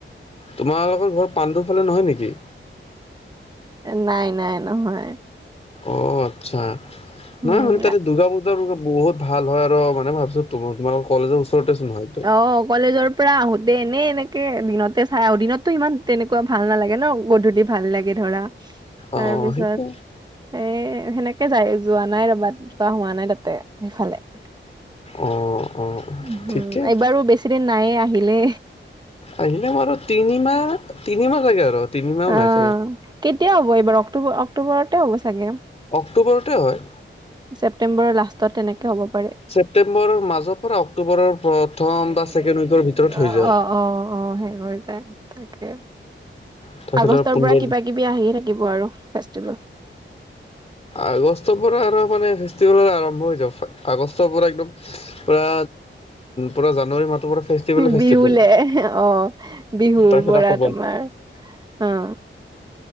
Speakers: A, on the left; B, on the right.
A: তোমাৰ লগৰ ঘৰ পাণ্ডুৰ ফালে নহয় নেকি?
B: নাই, নাই, নহয়
A: অ' আচ্ছা
B: উম
A: নহয় মানে তাতে দুৰ্গা পূজা বহুত ভাল হয় আৰু মানে ভাব তোমালোক কলেজৰ ওচৰতে ছোন ন হয়তো।
B: অ' কলেজৰ পৰা আহোতে এনেই এনেকে দিনতে চাই আহোঁ দিনততো ইমান তেনেকুৱা ভাল নালাগে ন গধূলি ভাল লাগে ধৰা। তাৰপিছত
A: অ', সেইটো
B: এ সেণেকে যায় যোৱা নাই ৰবা তিবা হোৱা নাই তাতে সেইফালে।
A: অ', অ',
B: উম,
A: ঠিকে।
B: এবাৰো বেছিদিন নাইয়ে আহিলে।
A: আহিলে ম আৰু তিনিমাহ তিনিমাহ লাগে আৰু। তিনিমাহো
B: অ'
A: নাই চাগে।
B: কেতিয়া হ'ব এইবাৰ অক্টো অক্টোবৰতে হব চাগে।
A: অক্টোবৰতে হয়।
B: ছেপটেম্বৰৰ লাষ্টত তেনেকে হ'ব পাৰে।
A: ছেপ্টেম্বৰৰ মাজৰ পৰা অক্টোবৰৰ প্ৰথম
B: অ',
A: বা ছেকেণ্ড উইকৰ ভিতৰত হৈ যায়।
B: অ, অ, সেই কৰি তাকে
A: তাৰপিছত
B: আগষ্টৰ
A: আৰু
B: পৰা কিবা আহিয়ে থাকিব আৰু ফেষ্টিভেল।
A: আগষ্টৰ পৰা আৰু মানে ফেষ্টিভেল আৰম্ভ হৈ যাব আগষ্টৰ পৰা একদম পুৰা পুৰা জানুৱাৰী মাহটোৰ পৰা ফেষ্টিভেলে ফেষ্টিভেল।
B: বিহুলে অ 'বিহৰ
A: তাৰপিছত
B: পৰা
A: আকৌ
B: তোমাৰ অ